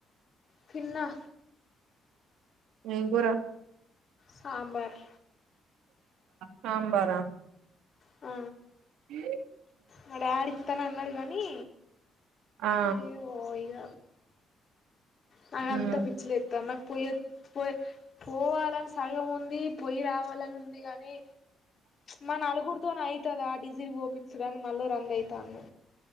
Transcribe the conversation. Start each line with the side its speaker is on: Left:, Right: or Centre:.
Left: తిన్న
Right: ఇంకోరా
Left: సాబర్
Right: సాంబారా
Left: ఆ
Right: ఏ
Left: మా డాడ ఇస్తాను అన్నాడు కాగానీ
Right: ఆ
Left: ఏ ఓ ఇ్య నా
Right: ఉమ్
Left: అంత పిచ్చలే ఎత్త నాకు పోయి పోయి పోవాలని సగం ఉంది పోయి రావాలని ఉంది కాగాని మ నలుగురితోనే అవుతదా ఆ డిజి పోఓపించడాని మళ్ళు రంద అవుతాను